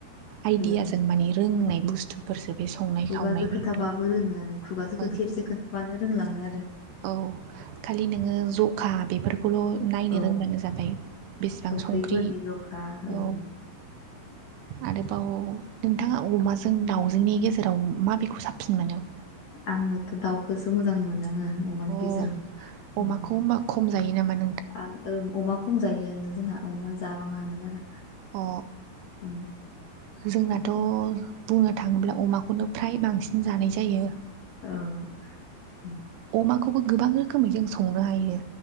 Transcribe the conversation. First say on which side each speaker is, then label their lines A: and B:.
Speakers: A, on the right; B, on the left.
A: आइडियाजों
B: ओं
A: माने रोंनाय बुस्थुफोरसो बे संनाय
B: खुगाजों
A: खावनायफोराथ'
B: खोथाबाबो रोङो आरो खुगाजो
A: औ
B: खेबसे खोनथाबानो रोंलाङो आरो
A: औ खालि नोङो जखा बेफोरखौल' ना नायनो
B: औ
A: रोंब्लानो जाबाय बेसेबां
B: संख्रिफोरनि
A: संख्रि
B: जखा ओं
A: औ
B: <inaudible>
A: आरोबाव नोंथाङा अमाजों दाउजोंनि गेजेराव माबेखौ साबसिन मोनो
B: आंनोथ' दाउखौसो मोजां मोनदाङो अमानि
A: अ
B: गेजेराव
A: अमाखौ
B: उम
A: होमबा खम जायो नामा नोंथां
B: आं ओं अमा खम जायोआनो जोंहा अमा जाबाङानो बारा
A: अ
B: उम,
A: जोंना थ' बुंनो थाङोब्ला अमाखौनो फ्राय बांसिन जानाय जायो
B: औ
A: अमाखौबो गोबां रोखोमै जों संनो हायो